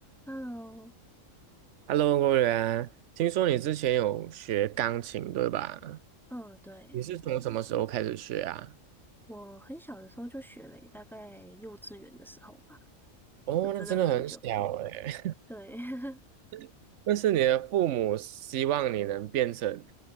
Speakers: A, in the centre; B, on the right.
A: Hello，
B: Hello，郭源，听说你之前有学钢琴，对吧？
A: 嗯，对，
B: 你是从什么时候开始学啊？
A: 我很小的时候就学了耶大概幼稚园的时候吧，
B: 哦，
A: 就真的很久。
B: 那真的很小哎。
A: 对，
B: <laughs> 那是你的父母希望你能变成，